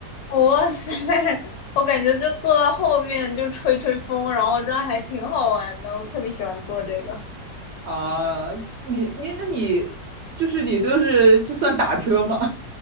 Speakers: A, on the left; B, on the right.
A: 哇塞，我感觉就坐到后面就吹吹风，然后这样还挺好玩的。我特别喜欢坐这个
B: 啊，你你那你就是你都是这算打车吗？